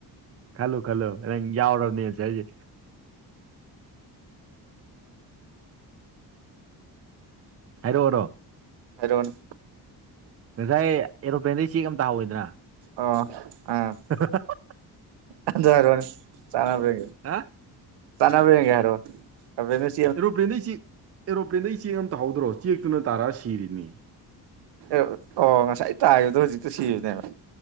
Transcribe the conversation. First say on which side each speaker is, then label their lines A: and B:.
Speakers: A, on the right; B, on the right.
A: ꯈꯜꯂꯨ ꯈꯜꯂꯨ ꯅꯪ ꯌꯥꯎꯔꯝꯅꯤ ꯑꯟꯁꯔꯁꯦ ꯍꯥꯏꯔꯛꯑꯣꯔꯣ
B: ꯍꯥꯏꯔꯛ ꯑꯣꯅꯦ
A: ꯉꯁꯥꯏ ꯑꯦꯔꯣꯄ꯭ꯂꯦꯟꯗꯩ ꯆꯦꯛ ꯑꯃ ꯇꯥꯍꯧꯏꯗꯅ
B: ꯑꯣ ꯑꯥ
A: ꯇꯥꯀꯣ <inaudible>
B: ꯑꯗꯨꯗ ꯍꯥꯏꯔꯣ ꯋꯥꯅꯤ ꯆꯅꯦ
A: ꯑ
B: ꯆꯅꯕ ꯌꯦꯦ ꯍꯥꯏꯔ <inaudible>
A: ꯑꯦꯔꯣꯄ꯭ꯂꯦꯟꯗꯩ ꯆꯦꯛ ꯑꯦꯔꯣꯄ꯭ꯂꯦꯟꯗꯩ ꯆꯦꯛ ꯑꯃ ꯇꯍꯧꯗ꯭ꯔꯣ ꯆꯦꯛꯇꯨꯅ ꯇꯥꯔꯛ ꯁꯤꯔꯤꯅꯤ
B: ꯑꯦ ꯑꯣ ꯉꯁꯥꯏ ꯇꯥꯕꯗꯣ ꯍꯧꯖꯤꯛꯇ ꯁꯤꯔꯤꯅꯦꯕ